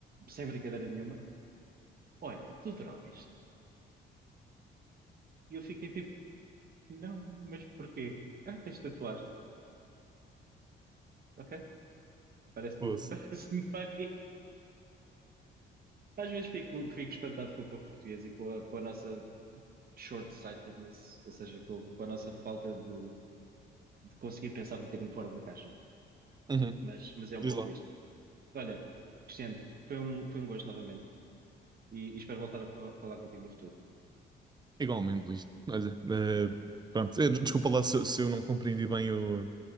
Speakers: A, on the right (about 50°); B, on the right (about 20°).
A: sem brincadeira nenhuma, olha, tu drogas. E eu fiquei tipo, Não, mas porquê? Ah, tens tatuagens. Ok? Parece-me,
B: Poça.
A: <laughs> parece-me bem. Às vezes fico, fico espantado com o povo português e com a, com a nossa short-sightedness, ou seja, com, com a nossa falta de, de conseguir pensar um bocadinho fora da caixa.
B: Uhum.
A: Mas, mas é um
B: Diz
A: pouco
B: lá.
A: isto. Olha, Cristiano, foi um, foi um gosto novamente e, e espero voltar a fa- falar contigo no futuro.
B: Igualmente, Luís. Olha, eh,
A: Bom.
B: pronto, Eh, desculpa lá se, se eu não compreendi bem o-